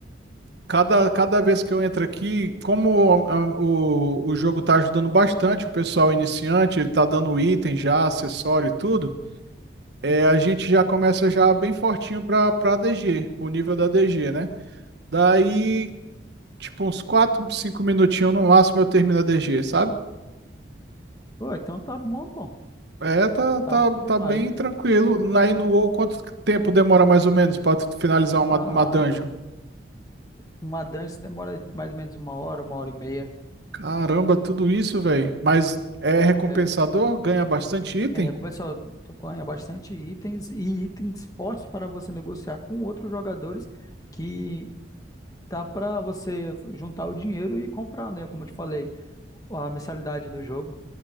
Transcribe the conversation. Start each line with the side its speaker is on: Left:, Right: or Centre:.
Right: cada, cada vez que eu entro aqui, como ah, o, o jogo está ajudando bastante o pessoal iniciante, ele tá dando item já, acessório e tudo. é, a gente já começa já bem fortinho para para DG, o nível da DG, né? Daí, tipo, uns 4 5 minutinhos no máximo eu termino a DG, sabe?
Left: Pô, então tá bom, bom.
Right: É, tá, tá,
Left: Tá bom demais.
Right: tá bem tranquilo. Aí no WoW, quanto tempo demora mais ou menos para finalizar uma,
Left: A,
Right: uma dungeon?
Left: uma dance demora mais ou menos uma hora, uma hora e meia.
Right: Caramba, tudo isso, velho. Mas é recompensador?
Left: É,
Right: Ganha bastante item?
Left: É, começa a tocar bastante itens e itens fortes para você negociar com outros jogadores que dá para você juntar o dinheiro e comprar, né? Como eu te falei, a mensalidade do jogo.